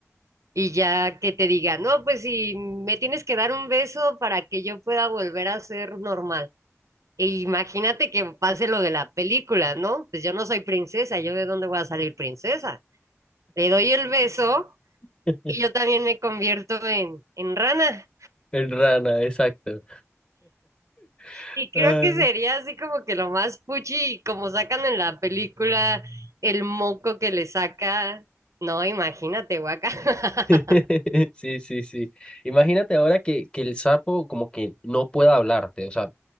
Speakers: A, on the right (about 85°); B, on the left (about 20°).
A: Y ya que te diga, no, pues si me tienes que dar un beso para que yo pueda volver a ser normal. E imagínate que pase lo de la película, ¿no? Pues yo no soy princesa, ¿yo de dónde voy a salir princesa? Le doy el beso
B: <laughs>
A: y yo también me convierto en, en rana.
B: En rana, exacto. <laughs>
A: Y creo que sería así como que lo más fuchi, como sacan en la película el moco que le saca. No, imagínate, guaca. <laughs>
B: <laughs> Sí, sí, sí. Imagínate ahora que, que el sapo como que no pueda hablarte, o sea,